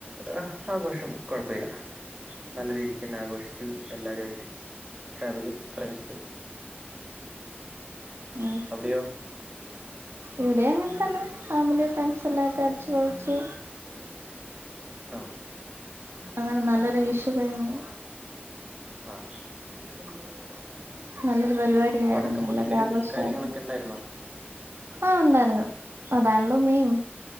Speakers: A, on the right; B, on the right.
A: ആഹ് ആഘോഷം കൊഴപ്പമില്ല നല്ല രീതിക്ക്ന്നെ ആഘോഷി എല്ലാരായിട്ട് ഫാമിലി ഫ്രണ്ട്സ്
B: ഉം
A: അവിടെയോ
B: ഇവിടെ അങ്ങനെ തന്നെ ഫാമിലി ഫ്രണ്ട്സ് എല്ലായിട്ട് അടച്ചു പൊളിച്ചു
A: ആ
B: അങ്ങനെ നല്ലൊരു വിഷു കയിഞ്ഞു
A: ആഹ്
B: ന്നല്ല നല്ലൊരു പരിപാടിയായിരുന്നു
A: പടക്കം
B: നല്ലൊരു
A: പൊട്ടിക്കലും
B: ആഘോഷായിരുന്നു
A: കാര്യങ്ങളൊക്കെ ഉണ്ടായിരുന്നോ
B: ആഹ് ഉണ്ടായിരുന്നു അതാണെല്ലോ മെയിൻ